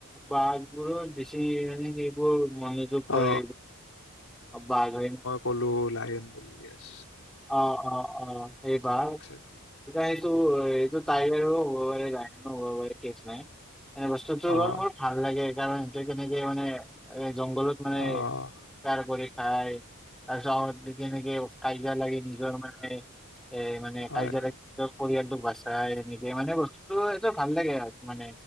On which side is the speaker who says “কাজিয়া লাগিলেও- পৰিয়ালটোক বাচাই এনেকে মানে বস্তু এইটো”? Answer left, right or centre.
Centre